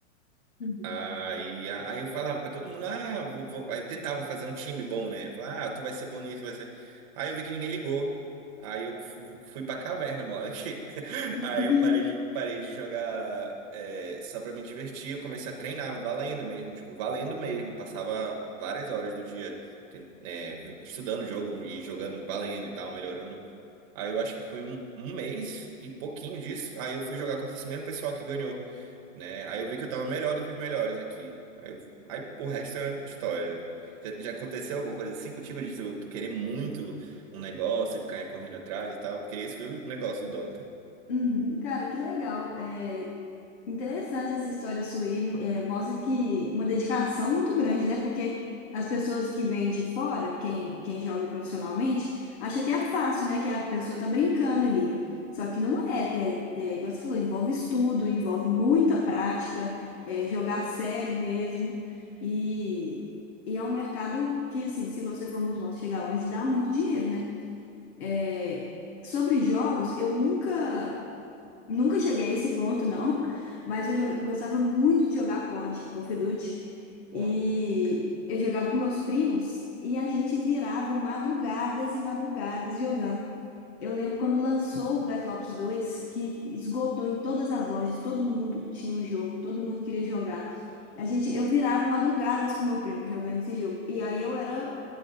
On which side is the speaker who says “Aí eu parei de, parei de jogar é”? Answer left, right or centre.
Right